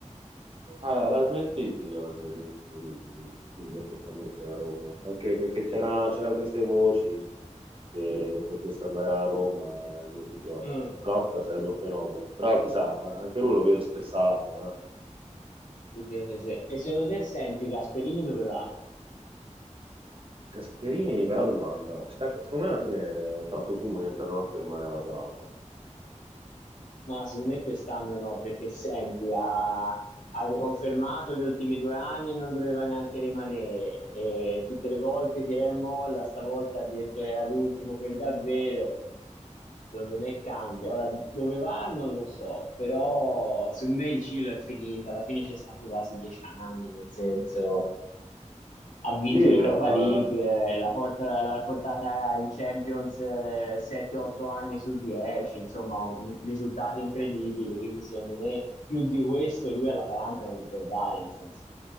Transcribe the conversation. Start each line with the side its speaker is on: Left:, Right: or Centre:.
Right: ah, l'ha smentiti oggi gli gli accostamenti a Roma, anche perché c'era- c'erano queste voci che potesse andare a Roma, l'ha smentiti oggi.
Left: Mm,
Right: Klopp
Left: mm.
Right: sarebbe un fenomeno, però chissà, ma anche lui lo vedo stressato, eh?
Left: Sì, sì, sì, sì. E secondo te, senti, Gasperino dove va?
Right: Gasperini, bella domanda. Sta- secondo me alla fine tanto fumo niente arrosto rimane all'Atalanta.
Left: Ma secondo me quest'anno no, perché senti, ha, ha riconfermato gli ultimi due anni e non doveva neanche rimanere. E tutte le volte tira e molla, stavolta ha detto che era l'ultimo per davvero. Secondo me cambia. Ora, dove va non lo so, però secondo me il Cilo è finito. Alla fine c'è stato quasi dieci anni, nel senso ha vinto
Right: Sì,
Left: l'Europa
Right: eh,
Left: League, eh, la porta- l'ha portata in Champions 7-8 anni su 10, insomma, un- risultati incredibili, quindi secondo me più di questo lui all'Atalanta non gli può dare, nel senso.